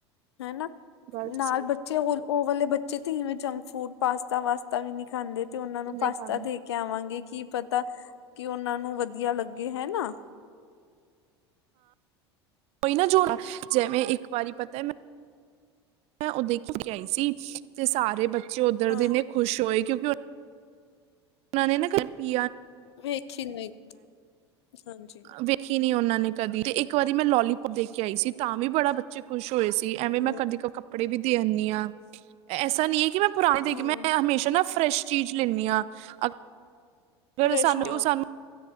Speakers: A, on the left; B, on the right.
A: ਹੈਨਾ,
B: ਗੱਲ ਤੇ
A: ਨਾਲ
B: ਸਹੀ
A: ਬੱਚੇ ਔ ਔਲ ਔ ਵਾਲੇ ਬੱਚੇ ਜੇ ਧੀਵੇਂ ਜੰਕ ਫੂਡ ਪਾਸਤਾ ਵਾਸਤਾ ਵੀ ਨੀ ਖਾਂਦੇ। ਤੇ ਔਨਾਂ ਨੂੰ
B: ਨਹੀਂ
A: ਪਾਸਤਾ
B: ਕਰ
A: ਦੇ ਕੇ ਆਵਾਂਗੇ ਏ ਕੀ ਪਤਾ ਕਿ ਔਨਾਂ ਨੂੰ ਵਧੀਆ ਲੱਗੇ, ਹੈਨਾ।
B: ਔਈ ਨਾ ਜੋ ਨਾ ਜੈਵੇਂ ਇੱਕ ਵਾਰੀ ਪਤਾ ਮੈ ਔ ਦੇ ਆਈ ਸੀ, ਤੇ ਸਾਰੇ ਬੱਚੇ ਔਧਰ
A: ਹਾਂ
B: ਦੇਨੇ ਖੁਸ਼ ਹੋਏ ਕਿਉਂ <unintelligible> ਉਨਾਂ ਨੇ ਨਾ ਕਰ ਪੀ
A: ਵੇਖੀ ਨਹੀਂ। ਹਾਂਜੀ
B: ਵੇਖੀ ਨੀ ਔਨਾਂ ਨੇ। ਕਦੀ ਤੇ ਇੱਕ ਵਾਰੀ ਮੈਂ ਲੋਲੀਪੋਪ ਦੇ ਕੇ ਆਈ ਸੀ, ਤਾਂ ਵੀ ਬੜਾ ਬੱਚੇ ਖੁਸ਼ ਹੋਏ ਸੀ ਐਵੇਂ ਮੈਂ
A: ਹਮ
B: ਕਦੀ ਕ ਕੱਪੜੇ ਵੀ ਦੇ ਆਣੀ ਆਂ। ਐਸਾ ਨਹੀਂ ਐ। ਮੈਂ ਪੁਰਾਣੇ ਦੇਕੇ
A: ਹਾਂ
B: ਮੈਂ ਹਮੇਸ਼ਾ ਨਾ ਫਰੈਸ਼ ਚੀਜ਼ ਲੇਣੀ ਆਂ, ਅ ਜਿਹੜਾ
A: ਫਰੈਸ਼
B: ਸਾਨੂੰ
A: ਹਾਂ
B: ਉਹ ਸਾਨੂੰ